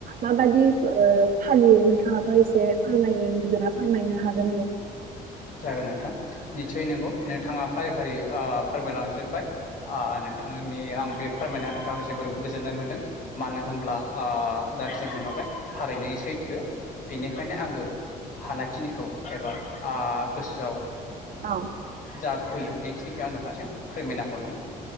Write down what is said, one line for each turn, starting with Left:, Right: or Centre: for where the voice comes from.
Right: माबादि ओ फालियो नोंथाङा? आबो एसे फोरमायनो <unintelligible> ब्ला फोरमायनो हागोन आरो।
Left: जागोन नोंथां निस्सय नंगौ नोंथाङा फारि फारि ओ फोरमायलांजोब्बाय आ नोंथांनि आं बे फोरमायनो होनायखौ आं जोबोरबो गोजोननाय मोनदों मानो होनब्ला आ <unintelligible> बो थारैनो सैथो बेनिखायनो आंबो हानायखिनिखौ एबा आ गोसोआव
Right: औ
Left: जा फैयो बेखिनिखौ आं नोंथांसिम फोरमायना हरनि